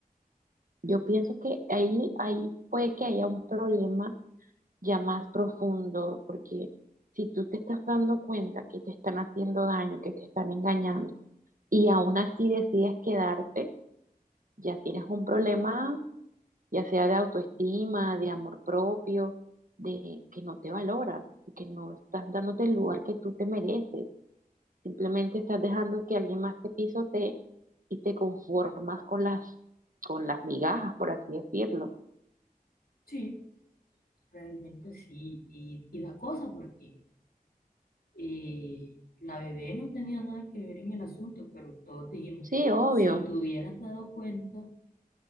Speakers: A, on the right; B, on the left.
A: yo pienso que ahí, ahí puede que haya un problema ya más profundo, porque si tú te estás dando cuenta que te están haciendo daño, que te están engañando, y aún así decides quedarte, ya tienes un problema ya sea de autoestima, de amor propio, de que no te valoras, que no estás dándote el lugar que tú te mereces, simplemente estás dejando que alguien más te pisotee y te conformas con las, con las migajas, por así decirlo.
B: sí, realmente sí, y, y da cosa porque eh, la bebé no tenía nada que ver en el asunto, pero todos dijimos,
A: Sí, obvio,
B: si te hubieras dado cuenta,